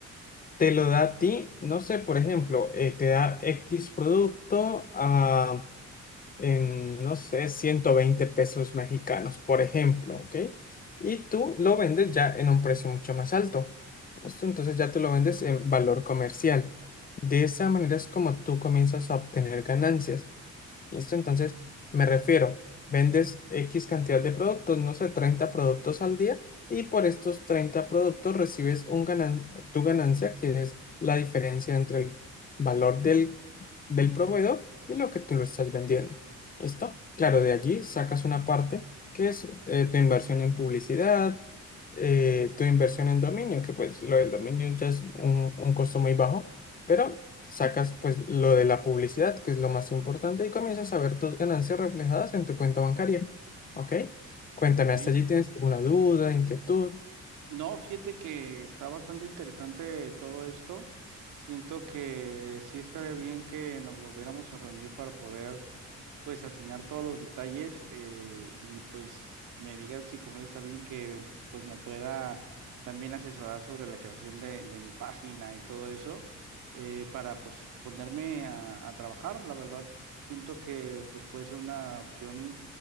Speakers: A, on the left; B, on the right.
A: te lo da a ti, no sé, por ejemplo, eh, te da X producto a, en, no sé, 120 pesos mexicanos, por ejemplo, ¿ok? Y tú lo vendes ya en un precio mucho más alto. ¿listo? Entonces ya tú lo vendes en valor comercial. De esa manera es como tú comienzas a obtener ganancias. ¿Listo? Entonces, me refiero, vendes X cantidad de productos, no sé, 30 productos al día, y por estos 30 productos recibes un ganan- tu ganancia, que es la diferencia entre el valor del, del proveedor y lo que tú lo estás vendiendo. ¿Listo? Claro, de allí sacas una parte que es eh, tu inversión en publicidad, eh, tu inversión en dominio, que pues lo del dominio ya es un, un costo muy bajo, pero sacas pues lo de la publicidad, que es lo más importante, y comienzas a ver tus ganancias reflejadas en tu cuenta bancaria. ¿Ok? Cuéntame,
B: Ok.
A: ¿hasta allí tienes alguna duda, inquietud?
B: No, fíjate que está bastante interesante todo esto. Siento que sí estaría bien que nos volviéramos a reunir para poder pues afinar todos los detalles eh, y pues me digas si conoces a alguien que pues me pueda también asesorar sobre la creación de, de mi página y todo eso eh, para pues ponerme a, a trabajar. La verdad, siento que pues puede ser una opción